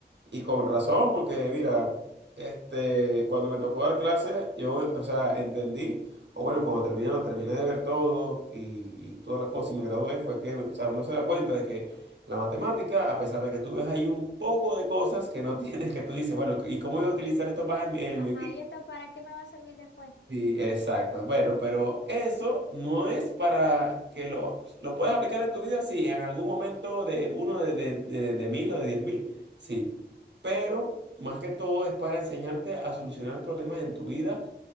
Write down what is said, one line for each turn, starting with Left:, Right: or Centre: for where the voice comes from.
Right: y con razón, porque mira, este, cuando me tocó dar clases, yo, o sea, entendí, o bueno, cuando terminé, lo terminé de ver todo y, y toda la cosa y me gradué, fue que, o sea, no se da cuenta de que la matemática, a pesar de que tú ves ahí un poco de cosas que no <laughs> tienes, que tú dices, bueno, ¿y cómo voy a utilizar esto más en, mi en
Left: ajá,
Right: mi
Left: ¿y esto para qué me va a servir después?
Right: Sí, exacto. Bueno, pero eso no es para que lo, lo puedes aplicar en tu vida, sí, en algún momento de uno de, de, de, de mil o de diez mil, sí. Pero más que todo es para enseñarte a solucionar problemas en tu vida.